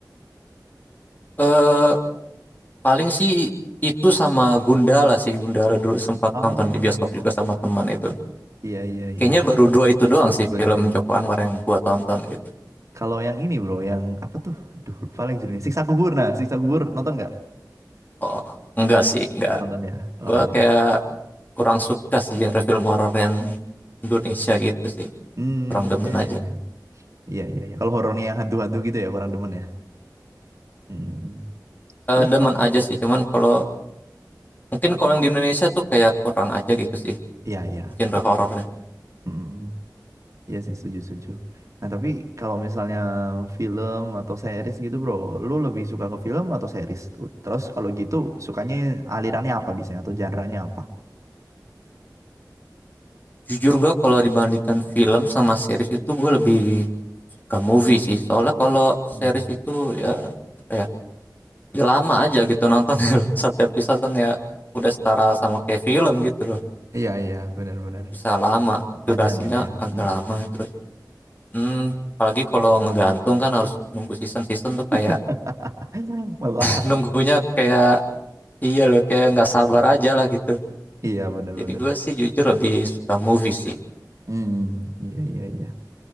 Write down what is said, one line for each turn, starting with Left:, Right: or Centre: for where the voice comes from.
Left: eh paling sih itu sama Gundala sih Gundala dulu sempat
Right: oh
Left: nonton di bioskop juga sama teman itu
Right: iya iya iya
Left: kayaknya baru dua itu doang
Right: bro
Left: sih film
Right: itu ya
Left: Joko Anwar yang gua tonton gitu
Right: kalau yang ini bro yang apa tuh aduh lupa lagi judulnya Siksa Kubur nah Siksa Kubur nonton nggak
Left: oh enggak sih enggak
Right: nggak nonton ya oh
Left: gua
Right: iya
Left: kayak kurang suka sih genre film horor yang Indonesia gitu sih
Right: hmm
Left: kurang demen
Right: iya iya
Left: aja
Right: iya iya iya iya. kalau horornya yang hantu-hantu gitu ya kurang demen ya hmm. hmm, hmm.
Left: eh,
Right: terus
Left: demen
Right: kalau
Left: aja sih cuman kalau mungkin kalau yang di Indonesia tuh kayak kurang aja gitu sih
Right: iya iya
Left: genre
Right: Iya
Left: horornya
Right: sih. Mm. Iya sih, setuju, setuju. Nah, tapi kalau misalnya film atau series gitu, bro, lu lebih suka ke film atau series? Terus kalau gitu, sukanya alirannya apa biasanya atau genre-nya apa?
Left: jujur gue kalau dibandingkan film sama series itu gue lebih suka movie sih soalnya kalau series
Right: Hmm.
Left: itu ya apa ya, ya lama aja gitu nonton <laughs> satu episode kan ya udah setara sama kayak film gitu loh
Right: Iya, iya, benar-benar.
Left: bisa lama
Right: Panjang
Left: durasinya
Right: gitu ya.
Left: agak
Right: Mm-mm.
Left: lama terus hmm, apalagi kalau ngegantung kan harus nunggu season season tuh kayak
Right: <laughs> Melak.
Left: <laughs>
Right: kan?
Left: nunggunya kayak iya loh kayak nggak sabar aja lah gitu
Right: Iya, benar-benar.
Left: Jadi gue sih jujur lebih suka movie sih.
Right: Hmm, iya, iya, iya.